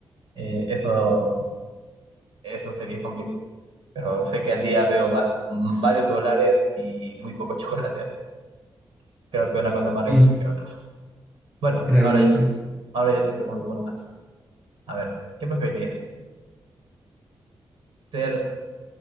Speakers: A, on the right (about 75°); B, on the right (about 20°).
A: eh, eso, eso sería complicado. Pero sé que al día veo va- m- varios celulares y muy poco <laughs> chocolate, así que creo que una cosa es más riesgosa
B: Sí,
A: que otra. Bueno,
B: sí, la
A: ahora,
B: verdad es
A: yo-
B: que sí.
A: ahora yo te pregunto uno más. A ver, ¿qué preferirías? ¿Ser